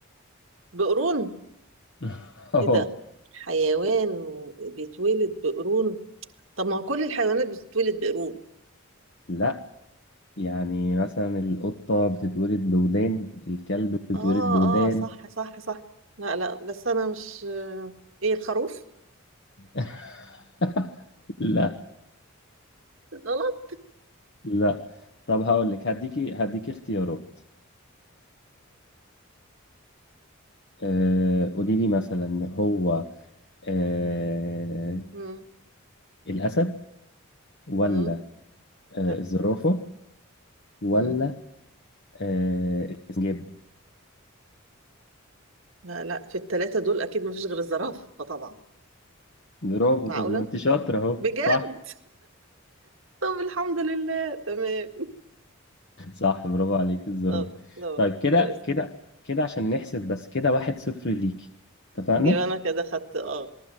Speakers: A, on the right; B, on the left.
A: بقرون
B: <laughs> أوه.
A: ايه ده حيوان بيتولد بقرون طب ما هو كل الحيوانات بتتولد بقرون
B: لا يعني مثلا القطة بتتولد بودان الكلب بيتولد
A: اه
B: بودان
A: اه صح صح صح لا لا بس انا مش آه، ايه الخروف
B: <laughs> لا
A: غلط
B: لا طب هقول لك هديكي هديكي اختيارات آه، قولي لي مثلا هو آه،
A: امم
B: الأسد ولا
A: مم.
B: آه،
A: لا
B: الزرافة
A: مثلا
B: ولا
A: مم.
B: آه، السنجاب
A: لا لا في الثلاثة دول أكيد مفيش غير الزرافة طبعا
B: برافو
A: معقولة؟
B: طب ما انت شاطرة اهو
A: بجد؟
B: صح
A: طب الحمد لله تمام
B: صح برافو عليك
A: <laughs>
B: الزرافة
A: طب طب
B: طيب كده
A: كويس
B: كده كده عشان نحسب بس كده واحد صفر ليكي اتفقنا
A: يبقى أنا كده خدت آه